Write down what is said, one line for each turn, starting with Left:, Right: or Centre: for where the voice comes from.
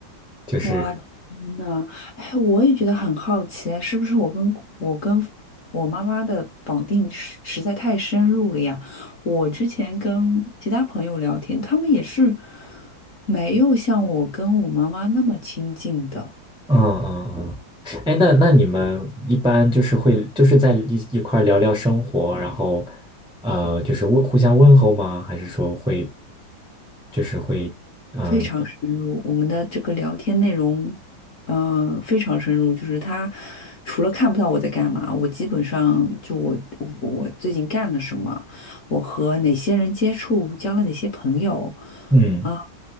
Centre: 就是
Left: 哇，天呐，哎，我也觉得很好奇啊，是不是我跟我跟我妈妈的绑定实实在太深入了呀？我之前跟其他朋友聊天，他们也是没有像我跟我妈妈那么亲近的。
Centre: 嗯嗯嗯，哎，那那你们一般就是会就是在一一块儿聊聊生活，然后呃，就是问互相问候吗？还是说会就是会嗯
Left: 非常深入，我们的这个聊天内容，呃，非常深入。就是他除了看不到我在干嘛，我基本上就我我我最近干了什么，我和哪些人接触，交了哪些朋友
Centre: 嗯
Left: 啊，